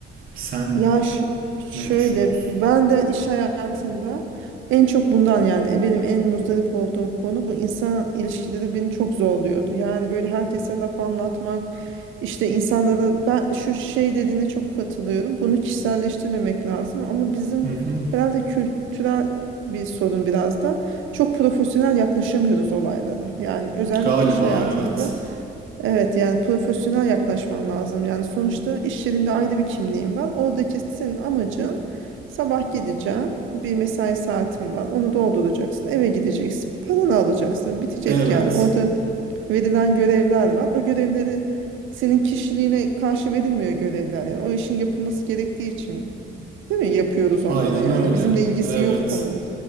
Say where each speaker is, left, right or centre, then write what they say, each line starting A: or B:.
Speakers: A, on the right; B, on the right.
A: Sen
B: Ya ş- şöyle
A: ne düşünüyorsun?
B: ben de iş hayatında en çok bundan yani e, benim en muzdarip olduğum konu bu insan ilişkileri beni çok zorluyordu. Yani böyle herkese laf anlatmak işte insanların ben şu şey dediğine çok katılıyorum. Bunu kişiselleştirmemek lazım ama bizim
A: Hı hı.
B: herhalde kültürel bir sorun biraz da çok profesyonel yaklaşamıyoruz olaylara. Yani özellikle
A: Galiba
B: iş hayatında
A: evet.
B: Evet yani profesyonel yaklaşman lazım. Yani sonuçta iş yerinde ayrı bir kimliğin var. Oradaki senin amacın sabah gideceksin. Bir mesai saatin var. Onu dolduracaksın. Eve gideceksin. Paranı alacaksın. Bitecek
A: Evet.
B: yani. Orada verilen görevler var. O görevleri senin kişiliğine karşı verilmiyor görevler. Yani o işin yapılması gerektiği için değil mi? Yapıyoruz onları
A: Aynen
B: yani.
A: öyle.
B: Bizimle ilgisi
A: Evet.
B: yok konunun.